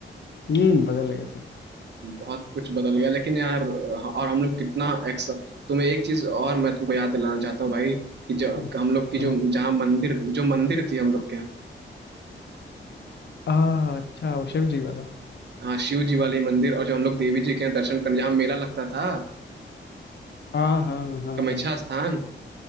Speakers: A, on the left; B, on the right.
A: हम्म बदल गया सब
B: बहुत कुछ बदल गया लेकिन यार ह- और हम लोग कितना एक्स तुम्हें एक चीज और मैं तुमको याद दिलाना चाहता हूँ भाई कि जो
A: हम्म,
B: हम लोग की जो
A: बताओ
B: जहाँ मंदिर जो मंदिर थी हम लोग के यहाँ
A: आ अच्छा वो शिव जी वाला
B: हाँ शिव जी वाली मंदिर और जो हम लोग देवी जी के यहाँ दर्शन करने जहाँ मेला लगता था
A: हाँ हाँ हाँ
B: कामाख्या स्थान